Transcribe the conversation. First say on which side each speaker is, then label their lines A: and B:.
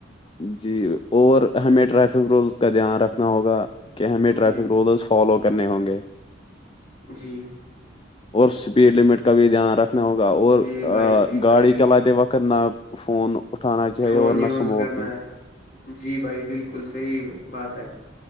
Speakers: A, on the left; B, on the left.
A: جی اور ہمیں ٹریفک رولس کا دھیان رکھنا ہوگا کہ ہمیں ٹریفک
B: جی
A: رولز فالو کرنے ہوں گے
B: جی
A: اور اسپیڈ لمٹ کا بھی دھیان رکھنا ہوگا اور
B: جی بھائی جی بھائی
A: گاڑی
B: بالکل
A: چلاتے وقت کرنا فون اٹھانا چاہے
B: فون
A: اورور
B: یوز
A: نہ اسموکنگ
B: کرنا ہے جی بھائی بالکل صحی بات ہے